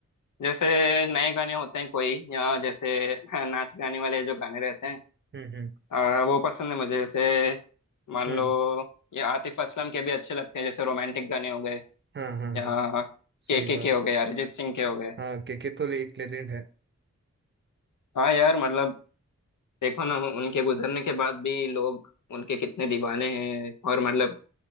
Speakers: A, on the left (about 80°); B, on the right (about 40°).
A: जैसे नए गाने होते हैं कोई या जैसे <laughs> नाच गाने वाले जो गाने रहते हैं
B: हम्म हम्म
A: आ, वो पसंद है मुझे जैसे मान
B: हम्म
A: लो ये आतिफ असलम के भी अच्छे लगते हैं जैसे रोमांटिक गाने हो गए
B: हाँ हाँ
A: या
B: हाँ सही
A: के के
B: बात
A: के हो गए अरिजीत सिंह के हो गए
B: हाँ केके तो ले- एक लेजेंड है
A: हाँ यार मतलब देखो ना उनके गुजरने के बाद भी लोग उनके कितने दीवाने हैं और मतलब